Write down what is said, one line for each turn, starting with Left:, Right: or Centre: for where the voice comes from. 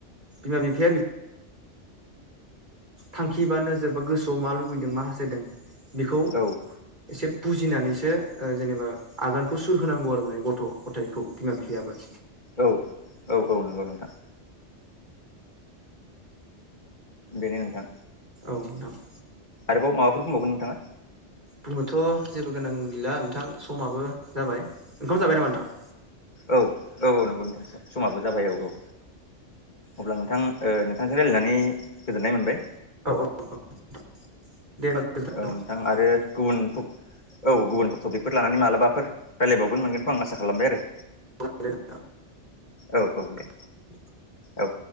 Right: बिमा बिफाया बेख थांखि बा नोजोर बा गोसोआव मा लुगैदों मा हासथायदों बेखौ
Left: औ
Right: एसे बुजिनानैसो जेनेबा आगानखौ सुर होनांगौ आरो माने गथ' गथायाइखौ बिमा बिफायाबो
Left: औ औ औ नंगौ नोंथां बेनो नोंथां
Right: औ नोंथां
Left: आरोबाव माबाफोर बुंबावगोन नोंथाङा
Right: बुंनोथ' जेबो गोनां गैला नोंथां समाबो जाबाय ओंखाम जाबाय नामा नोंथां
Left: औ औ औ नंगौ नोंथां समाबो जाबाय औ औ अब्ला नोंथां ओ नोंथांजों रायजलायनानै गोजोननाय मोनबाय
Right: औ <unintelligible>
Left: औ नोंथां आरो गुबुन औ गुबुनफोर टपिकफोर लानानै मालाबाफोर रायलायबावगोन मोनगोनखौ आं आसा खालामबाय आरो
Right: गोजोनथों।
Left: औ औ दे
Right: <inaudible>
Left: औ